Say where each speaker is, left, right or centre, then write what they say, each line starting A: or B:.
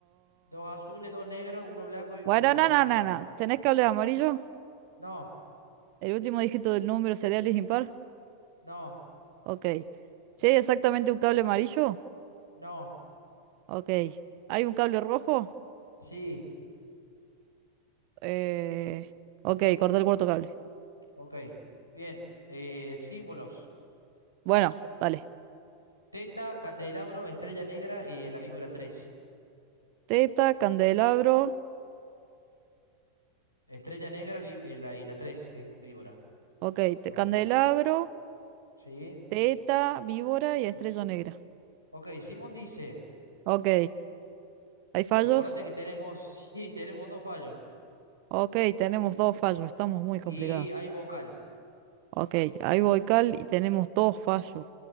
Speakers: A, on the left (about 90°); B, on the right (about 45°).
A: Dos azules, dos negros, uno blanco y uno...
B: Bueno, no, no,
A: ma-
B: no, no. ¿Tenés cable amarillo?
A: No.
B: ¿El último dígito del número serial es impar?
A: No.
B: Ok. Si hay exactamente un cable amarillo?
A: No,
B: Ok. ¿Hay un cable rojo?
A: sí,
B: Eh... Ok, corté el cuarto cable.
A: ok. Bien. Eh, símbolos.
B: Bueno, dale.
A: Teta, candelabro, estrella negra y la víbora 3.
B: Teta, candelabro.
A: Estrella negra vi- eh, la, y la 3 que es un víbora.
B: Ok, te
A: Cuarentena.
B: candelabro,
A: Sí,
B: teta, víbora
A: sí.
B: y estrella negra.
A: Ok, Simón dice,
B: Ok, ¿hay fallos?
A: acuérdate que tenemos, <laughs> sí, tenemos dos fallos.
B: Ok, tenemos
A: Y,
B: dos fallos, estamos muy complicados.
A: y hay vocal.
B: Ok, ahí voy Cal y tenemos dos fallos.